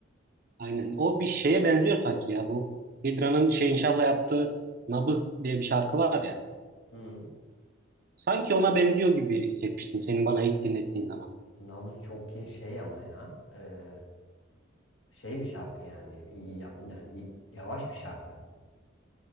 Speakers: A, on the right; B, on the left.
A: Aynen. O bir şeye benziyor sanki ya. Bu Hidra'nın Şehinşah'la yaptığı Nabız diye bir şarkı var ya.
B: Hı.
A: Sanki ona benziyor gibi hissetmiştim senin bana ilk dinlettiğin zaman.
B: Nabız çok ye- şey ama ya. e, şey bir şarkı yani. İyi ya- yani iyi- yavaş bir şarkı.